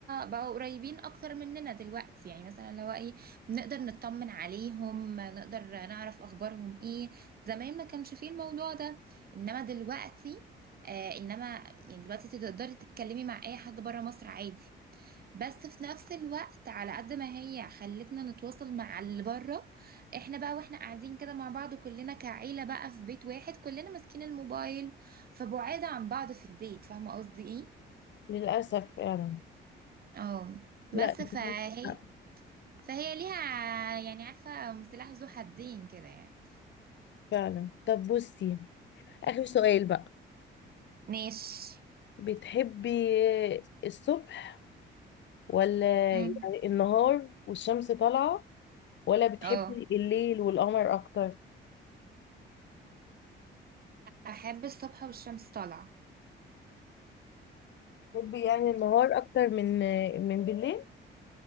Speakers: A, on the right; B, on the left.
A: بقوا قريبين اكتر مننا دلوقتي يعني مثلا لو ايه نقدر نطمن عليهم نقدر نعرف اخبارهم ايه زمان ما كانش فيه الموضوع ده انما دلوقتي آه انما يعني دلوقتي تقدري تتكلمي مع اي حد بره مصر عادي بس في نفس الوقت على قد ما هي خلتنا نتواصل مع اللي بره احنا بقى واحنا قاعدين كده مع بعض كلنا كعيلة بقى في بيت واحد كلنا ماسكين الموبايل فبعاد عن بعض في البيت فاهمة قصدي ايه
B: للأسف يعني
A: اه بس
B: لا انت
A: فهي
B: عندك حق
A: فهي ليها يعني عارفة سلاح ذو حدين كده يعني
B: فعلا طب بصي اخر سؤال بقى
A: ماشي
B: بتحبي الصبح ولا
A: امم
B: يعني النهار والشمس طالعة ولا بتحبي
A: اه
B: الليل والقمر اكتر
A: بحب الصبح والشمس طالعة
B: بتحبي يعني النهار اكتر من من بالليل